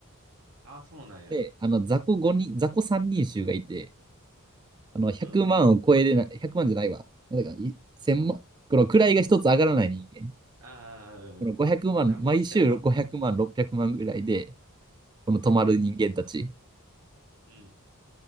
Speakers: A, on the right; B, on the right.
A: ああ、そうなんや。
B: で、あの、雑魚5人、雑魚3人衆がいて、あの、100万を超えれない、
A: うん。
B: 100万じゃないわ。なんだか、い1000万、この位が一つ上がらない人間。
A: ああ、
B: この5
A: うん。
B: 0万、
A: 多分1000万かな。
B: 毎週500万、600万ぐらいで、この止まる人間たち。
A: うん、うん。